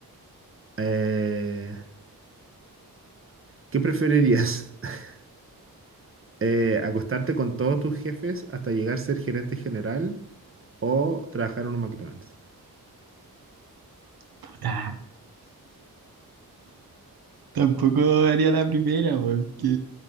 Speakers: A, on the right; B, on the right.
A: Eh, ¿qué preferirías? <laughs> Eh, ¿acostarte con todos tus jefes hasta llegar a ser gerente general? o trabajar en un McDonald's.
B: Puta, tampoco haría la primera, porque